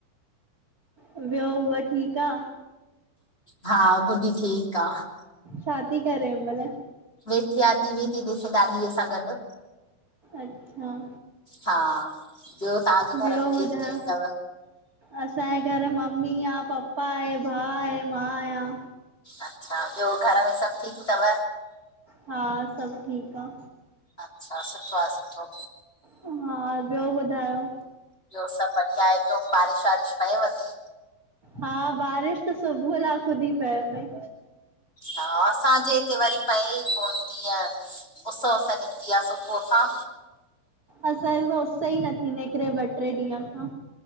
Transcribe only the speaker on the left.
हा गुॾी ठीकु आ,
वेठी आ, टीवी ती ॾिसे, ॾाॾीअ सां गॾु,
हा ॿियो तव्हांजे घर
में
केरु केरु तव?
अच्छा ॿियो घर में सभु ठीकु तव?
अच्छा सुठो आ सुठो,
ॿियो सभु बढ़िया आहे जो बारिश वारिश पयव ‌।
हा असांजे हिते वरी पए ई कोन ती हियं। उस वुस सां निकती आहे सुबूह खां।